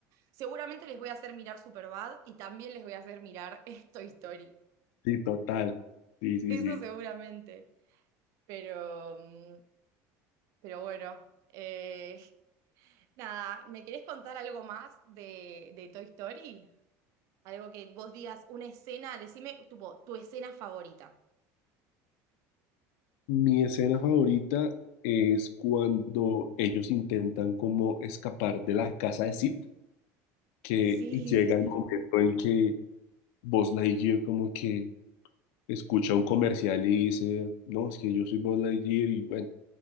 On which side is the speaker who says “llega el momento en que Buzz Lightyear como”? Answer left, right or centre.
Left